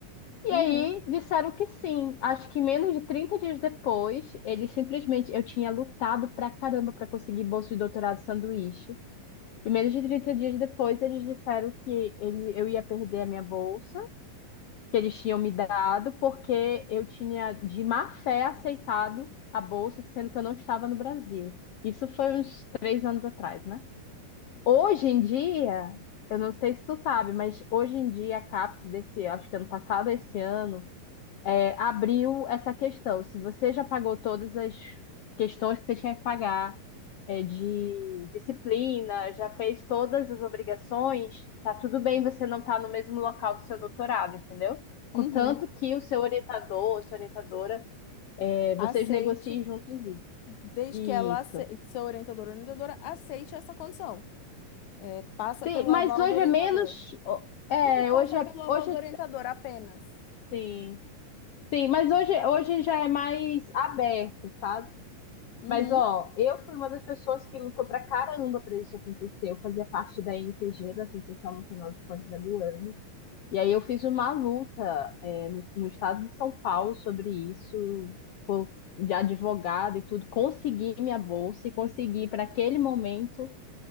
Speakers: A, on the left; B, on the left.
A: E
B: Uhum,
A: aí disseram que sim. Acho que menos de 30 dias depois, eles simplesmente. Eu tinha lutado pra caramba pra conseguir bolsa de doutorado sanduíche. E menos de 30 dias depois, eles disseram que ele, eu ia perder a minha bolsa, que eles tinham me dado, porque eu tinha de má fé aceitado a bolsa, sendo que eu não estava no Brasil. Isso foi uns três anos atrás, né? Hoje em dia, eu não sei se tu sabe, mas hoje em dia a CAPES desse, acho que ano passado, esse ano é, abriu essa questão. Se você já pagou todas as questões que você tinha que pagar, é, de disciplina, já fez todas as obrigações, tá tudo bem você não estar no mesmo local do seu doutorado, entendeu? Contanto
B: uhum.
A: que o seu orientador, a sua orientadora, é,
B: Aceite,
A: vocês negociem juntos isso.
B: desde
A: Isso.
B: que ela aceite, que seu orientador ou orientadora aceite essa condição. É, passa
A: Sim,
B: pelo
A: mas
B: aval
A: hoje
B: do orientador.
A: é menos. É,
B: Tipo, passa
A: hoje é,
B: pelo aval
A: hoje
B: do
A: é,
B: orientador apenas.
A: sim. Sim, mas hoje, hoje já é mais aberto, sabe?
B: Uhum,
A: Mas, ó, eu fui uma das pessoas que lutou pra caramba pra isso acontecer. Eu fazia parte da NPG, da Associação Nacional de Pós-Graduandos. E aí eu fiz uma luta, é, no, no estado de São Paulo sobre isso, co- de advogado e tudo. Consegui minha bolsa e consegui para aquele momento